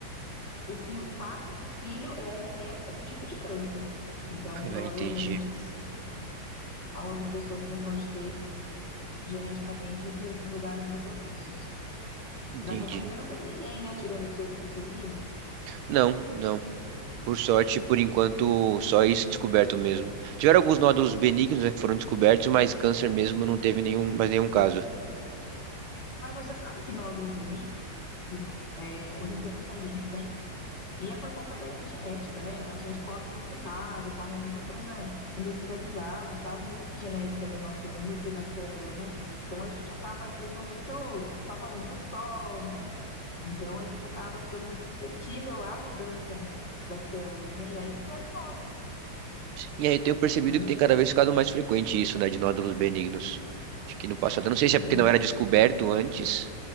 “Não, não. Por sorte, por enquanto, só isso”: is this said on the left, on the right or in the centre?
Right